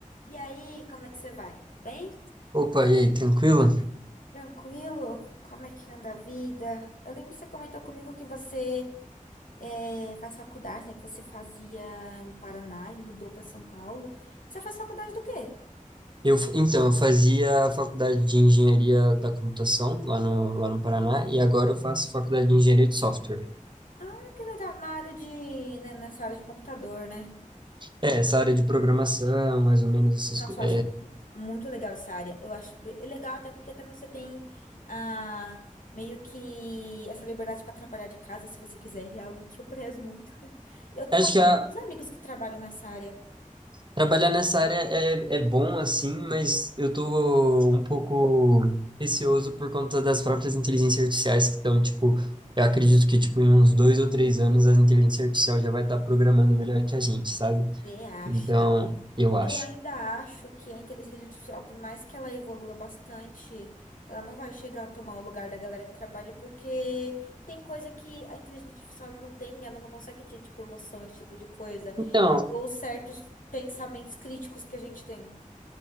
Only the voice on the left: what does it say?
E aí, como é que você vai? Bem?
Tranquilo? Como é que anda a vida? Eu lembro que você comentou comigo que você eh, faz faculdade, né? Que você fazia no Paraná e mudou para São Paulo. Você faz faculdade do quê?
Ah, que legal. Na área de, né, nessa área de computador, né?
Nossa,
eu acho muito legal essa área. Eu acho be- é legal até porque também você tem ah, meio que essa liberdade para trabalhar de casa, se você quiser, é algo que eu prezo muito. <laughs> Eu tô
conhecendo
muitos amigos que trabalham nessa área.
Você acha?
Eu ainda acho que a inteligência artificial, por mais que ela evolua bastante, ela não vai chegar a tomar o lugar da galera que trabalha, porque tem coisa que a inteligência artificial ela não tem, ela não consegue ter, tipo, emoção, esse tipo de coisa,
ou certos pensamentos críticos que a gente tem.